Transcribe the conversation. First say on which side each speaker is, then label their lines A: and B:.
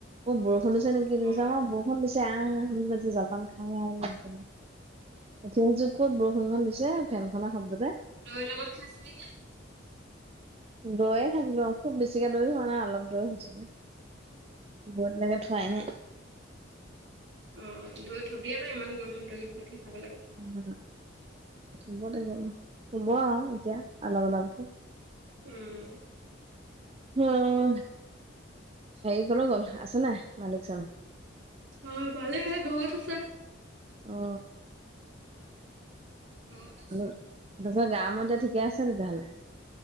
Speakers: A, on the right; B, on the right.
A: ক'ত বৰষুণ দিছে নেকি? কি
B: অ',
A: কৈছে আমাৰ বৰষুণ দিছে আহ-আহ বুলি কছে জলপান খাওঁ উঠ <unintelligible> জোখত বৰষুণখন দিছে ফেনখনৰ শব্দতে।
B: দৈৰ লগত খাইছিলি নে?
A: দৈয়ে খাইছিলো অ খুব বেছিকে দৈ হোৱা নাই অলপ দৈ হৈছিলে। <unintelligible> বতী লেকে থোৱাই নাই।
B: <inaudible> উম দৈ থবি আক ইমান গৰমত দৈ থৈ থৈ খাব লাগে।
A: উম, থব থাগে উম, থব আও এতিয়া অলপ অলপকে।
B: উম
A: <unintelligible> হেৰি কলৈ গ'ল আছে নাই মালিকজন?
B: অ মালিক এই ঘৰত আছে।
A: অ
B: ঘৰত আছে
A: উ তাৰপিছত গা মোৰ এতিয়া ঠিকে আছে তেতিয়াহ'লে।